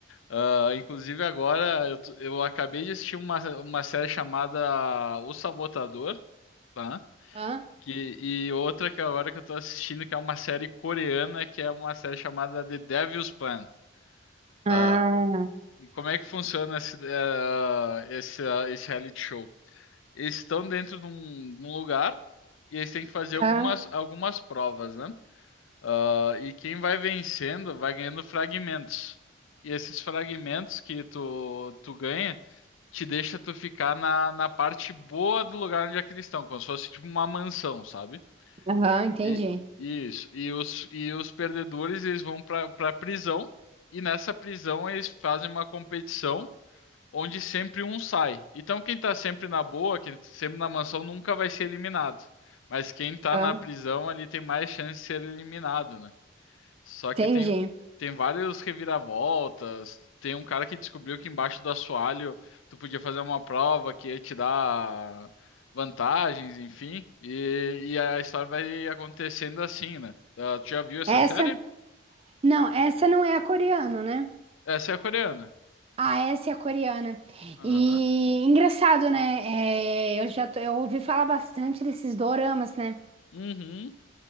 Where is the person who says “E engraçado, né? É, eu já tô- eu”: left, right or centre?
Right